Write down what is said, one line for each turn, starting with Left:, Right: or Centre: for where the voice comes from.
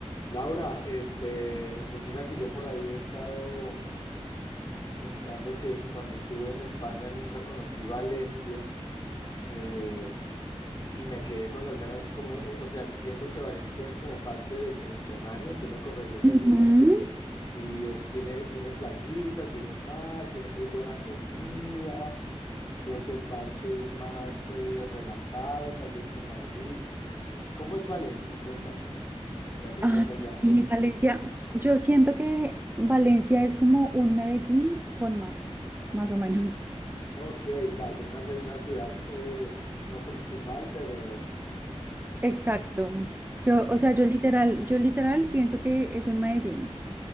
Left: Laura, este, pues mira que yo por ahí he estado pensando que cuando estuve en España nunca conocí Valencia eh, y me quedé con las ganas, como, eh, o sea, entiendo que Valencia es como parte del Mediterráneo, tú me corregirás
Right: Ujú.
Left: si no, y es, tiene, tiene playita, tiene mar, tiene muy buena comida, creo que el parche es más eh, relajado tal vez que en Madrid. ¿Cómo es Valencia? Cuéntame, ya que estás
Right: Ay,
Left: allá.
Right: sí, Valencia. Yo siento que Valencia es como un Medellín con mar, más o menos.
Left: Ok, claro, como una, ci- una ciudad eh, no principal, pero
Right: <laughs>
Left: como,
Right: Exacto. Yo,
Left: o-
Right: o sea, yo literal, yo literal pienso que es un Medellín.